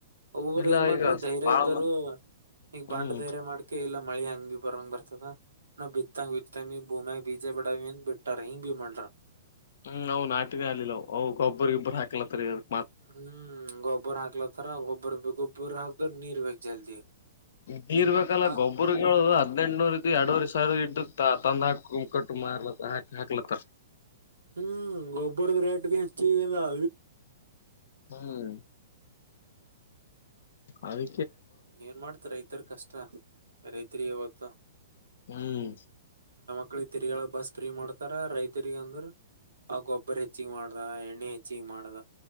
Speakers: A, on the right; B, on the left.
A: ಒಬ್ಬೊಬ್ರು
B: ಇಲ್ಲ
A: ಏನ್ ಮಾಡ್ರರು
B: ಈಗ
A: ಧೈರ್ಯ
B: ಬಾಳ
A: ಇದ್ದರು
B: ಮಂದಿ
A: ಈಗ ಬಾಂಡ
B: ಹ್ಮ್
A: ಧೈರ್ಯ ಮಾಡ್ಕೆ ಇಲ್ಲ. ಮಳೆ ಹಂಗ್ ಭ ಬರಂಗ್ ಬರ್ತದ ನ ಬಿತ್ತತಾಗ ಬಿತ ಬೊಮ್ಯಜೈ. ಬೀಜ ಬಡಾವ ಅಂತ ಬಿಟ್ಟಾರ ಹಿಂಗ ಭ ಮಾಡ್ರ
B: ಹ್ಮ್ ಹ್ ನಾಟಿನ ಆಲಿಲ್ಲವುವು ಗೊಬ್ಬರ್ ಗೊಬ್ಬರ್ ಹಾಕಲತ್ತರಿರು
A: ಹ್ಮ್ ಂಗ ಗೊಬ್ಬರ ಹಾಕ್ತ್ತರ ಗೊಬ್ಬರ ಬೊಬರ ಹಾಕ್ದ ನೀರ್ ಬೇಕಕ್ ಜಲ್ದಿ.
B: ನೀರ್ ಬೇಕಲ್ಲ
A: ಹ
B: ಗೊಬ್ಬರ ಹದ್ೆಂಟನೂರ ಇ ಎರಡೂರಿ ಸಾವಿರ ಇ್ದು ತಂದ ಹಾಕ ಕುಮಕಟ್ಟು ಮಾರ್ಲತ್ತ ಹಾಕ್ ಹಾಕ್ಲತ್ತ.
A: ಹ್ಮ್ ಗೋಬರದ ರೇಟ್ ಭ ಹಚ್ಚಿ ಅ
B: ಹ್ಮ್. ಅದ.
A: ಏನ್ ಮಾಡ್ತ ರೈತರ್ ಕಷ್ಟ ರೈತರಿ ಇವತ್ತು. ತ್ತ.
B: ಹ್ಮ್.
A: ಮಕ್ಳಿಗೆ ತಿರಿಗಳ ಬಸ್ ಫ್ರೀ ಮಾಡ್ತಾರ ರೈತರಿಗ ಅಂದ್ರ ಆ ಗೊಬ್ಬರ ಹೆಚ್ಚಗ ಮಾಡ್ದ ಎಣ್ಣೆ ಹೆಚ್ಚಗ ಮಾಡ್ದ